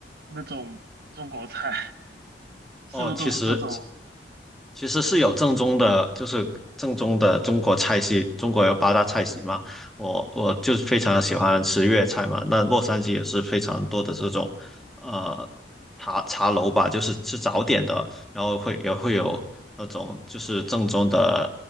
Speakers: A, on the right (about 60°); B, in the centre.
A: 那种中国菜，是不是都啊是这种？
B: 哦，其实其实是有正宗的，就是正宗的中国菜系，中国有八大菜系嘛。我我就非常喜欢吃粤菜嘛。那洛杉矶也是非常多的这种，呃，茶茶楼吧，就是吃早点的，然后会也会有那种就是正宗的